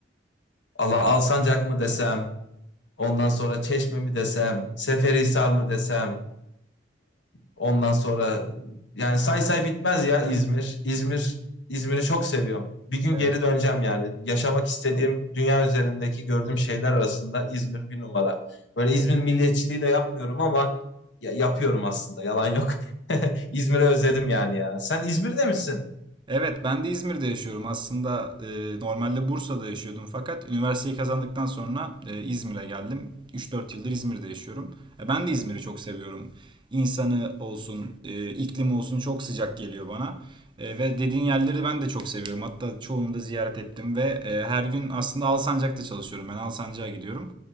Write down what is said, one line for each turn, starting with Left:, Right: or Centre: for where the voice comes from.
Left: Allah Alsancak mı desem, ondan sonra Çeşme mi desem, Seferihisar mı desem. Ondan sonra yani say say bitmez ya İzmir. İzmir İzmir'i çok seviyorum. Bir gün
Right: Evet.
Left: geri döneceğim yani. Yaşamak istediğim dünya üzerindeki gördüğüm şeyler arasında İzmir bir numara. Böyle İzmir milliyetçiliği de yapmıyorum ama ya- yapıyorum aslında. Yalan yok. <laughs> İzmir'i özledim yani ya. Sen İzmir'de misin?
Right: Evet, ben de İzmir'de yaşıyorum. Aslında e, normalde Bursa'da yaşıyordum fakat üniversiteyi kazandıktan sonra e, İzmir'e geldim. 3-4 yıldır İzmir'de yaşıyorum. E, ben de İzmir'i çok seviyorum. İnsanı olsun, e, iklimi olsun çok sıcak geliyor bana. E, ve dediğin yerleri ben de çok seviyorum. Hatta çoğunu da ziyaret ettim ve e, her gün aslında Alsancak'ta çalışıyorum. Ben Alsancak'a gidiyorum.